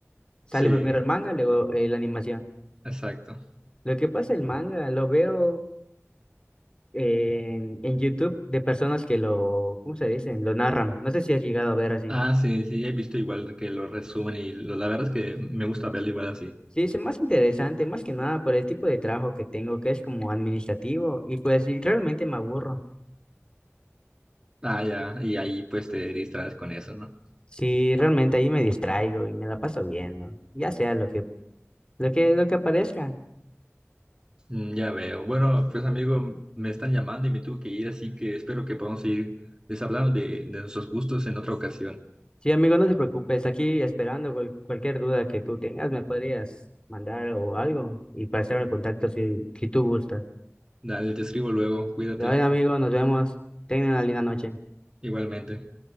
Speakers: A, on the left (about 20°); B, on the right (about 15°).
A: Sale
B: Sí,
A: primero el manga, luego eh, la animación.
B: exacto.
A: Lo que pasa, el manga lo veo en, en YouTube de personas que lo, ¿cómo se dicen? Lo narran. No sé si has llegado a ver así.
B: Ah, sí, sí, he visto igual que lo resumen y lo- la verdad es que me gusta verlo igual así.
A: Sí, es más interesante, más que nada por el tipo de trabajo que tengo, que es como administrativo, y pues sí, realmente me aburro.
B: Ah, ya, y ahí pues te distraes con eso, ¿no?
A: Sí, realmente ahí me distraigo y me la paso viendo, ya sea lo que, lo que, lo que aparezca.
B: Mm, Ya veo. Bueno, pues amigo, me están llamando y me tuve que ir, así que espero que podamos seguir les hablando de, de nuestros gustos en otra ocasión.
A: Sí, amigo, no te preocupes, aquí esperando cual- cualquier duda que tú tengas, me podrías mandar o algo y para estar al contacto si, si tú gustas.
B: Dale, te escribo luego, cuídate,
A: De hoy, amigo, nos vemos. Tengan una linda noche.
B: igualmente.